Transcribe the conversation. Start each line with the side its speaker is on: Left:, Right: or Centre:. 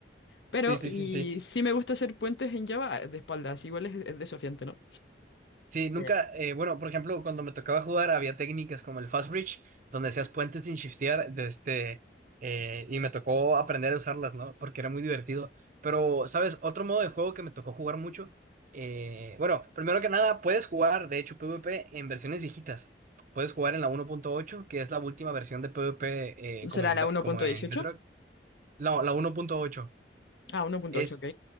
Left: Pero,
Right: Sí, sí,
Left: y
Right: sí, sí.
Left: sí me gusta hacer puentes en Java de espaldas, igual es, es desafiante, ¿no?
Right: Sí, nunca,
Left: Eh,
Right: eh, bueno, por ejemplo, cuando me tocaba jugar había técnicas como el fast bridge, donde hacías puentes sin shiftear, de este, eh, y me tocó aprender a usarlas, ¿no? Porque era muy divertido. Pero, ¿sabes? Otro modo de juego que me tocó jugar mucho, eh, bueno, primero que nada, puedes jugar, de hecho, PvP en versiones viejitas. Puedes jugar en la 1.8, que es la última versión de PvP eh, como
Left: ¿Será
Right: en,
Left: la
Right: Be-
Left: uno
Right: como
Left: punto dieciocho?
Right: en Bedrock. No, la 1.8.
Left: Ah, 1.8,
Right: Es
Left: ok.